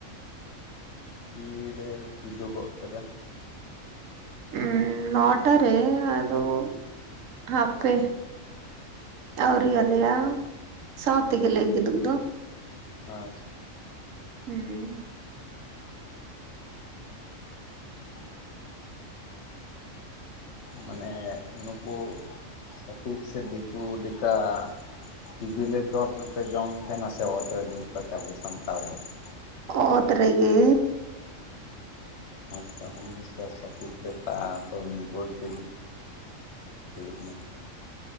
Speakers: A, on the left; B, on the right.
A: ᱛᱤᱨᱮ ᱠᱤᱫᱩᱜᱚᱜ ᱠᱟᱫᱟ?
B: ᱩᱸ ᱱᱚᱴᱟ ᱨᱮ ᱟᱫᱚ, ᱦᱟᱯᱮ᱾ ᱟᱹᱣᱨᱤ ᱟᱞᱮᱭᱟ ᱥᱟᱶ ᱛᱮᱜᱮᱞᱮ ᱠᱤᱫᱩᱜ ᱫᱚ᱾
A: ᱟᱪᱪᱷᱟ᱾
B: ᱦᱮᱸ
A: <inaudible> ᱢᱟᱱᱮ ᱱᱩᱠᱩ᱾ ᱪᱷᱟᱹᱛᱤᱠ ᱥᱮ ᱫᱤᱠᱩ ᱞᱮᱠᱟ᱾ ᱴᱤᱵᱤᱞᱮ ᱪᱚᱴ ᱨᱮᱯᱮ ᱡᱚᱢ ᱛᱷᱮ ᱱᱟᱥᱮ ᱚᱛ ᱨᱮ ᱫᱩᱲᱩᱵ ᱠᱟᱛᱮ ᱟᱵᱚ ᱥᱟᱱᱛᱟᱲ ᱞᱮᱠᱟ᱾
B: ᱚᱛ ᱨᱮᱜᱮ᱾
A: <inaudible> ᱥᱚᱴᱷᱤᱠ ᱞᱮᱠᱟ <inaudible> ᱫᱩᱲᱩᱵ ᱮᱱᱟ᱾